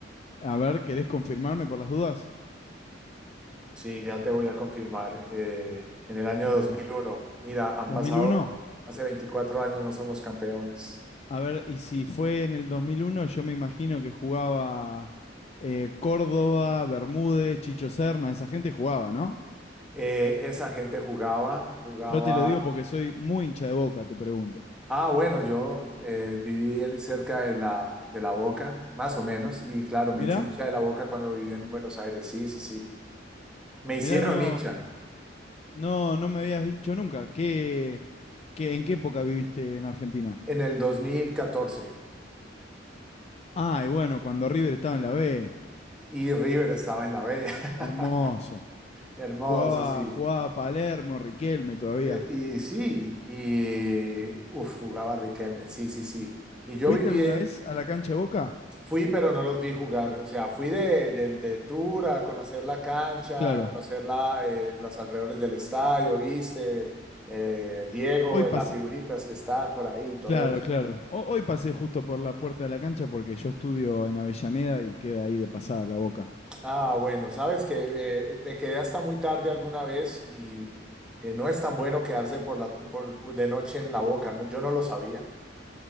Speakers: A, on the left (about 35°); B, in the centre.
A: A ver, ¿querés confirmarme por las dudas?
B: Sí, ya te voy a confirmar, eh, en el año
A: Eh,
B: 2001. Mira, han
A: ¿2001?
B: pasado, hace 24 años no somos campeones.
A: A ver, y si fue en el 2001, yo me imagino que jugaba eh, Córdoba, Bermúdez, Chicho Serna, esa gente jugaba, ¿no?
B: Eh, esa gente jugaba, jugaba
A: Yo te lo digo porque soy muy hincha de Boca, te pregunto.
B: Ah, bueno, yo eh, viví en- cerca de la, de la Boca, más o menos, y claro, me
A: Mirá,
B: hice hincha de la Boca cuando viví en Buenos Aires, sí, sí, sí. Me hicieron
A: mirá, no,
B: hincha
A: no, no me habías dicho nunca. ¿Qué, qué, en qué época viviste en Argentina?
B: en el 2014
A: Ah, y bueno, cuando River estaba en la B.
B: y River estaba en la B. <laughs>
A: Hermoso.
B: Hermoso,
A: Jugaba,
B: sí.
A: jugaba Palermo, Riquelme todavía.
B: Eh, y sí, y uf, jugaba Riquelme, sí, sí, sí. Y yo
A: ¿Fuiste
B: viví
A: alguna vez a la cancha de Boca?
B: Fui, pero no los vi jugar. O sea, fui de, del- de tour a conocer la cancha,
A: Claro.
B: a conocer la, eh, los alrededores del estadio, viste, Eh, Diego,
A: Hoy,
B: eh,
A: pas-
B: las figuritas que están por ahí, todo
A: Claro,
B: eso.
A: claro. Ho- hoy pasé justo por la puerta de la cancha porque yo estudio en Avellaneda y queda ahí de pasada la Boca.
B: Ah, bueno, sabes que me quedé hasta muy tarde alguna vez y eh, no es tan bueno quedarse por la, por, de noche en la boca, ¿no? Yo no lo sabía.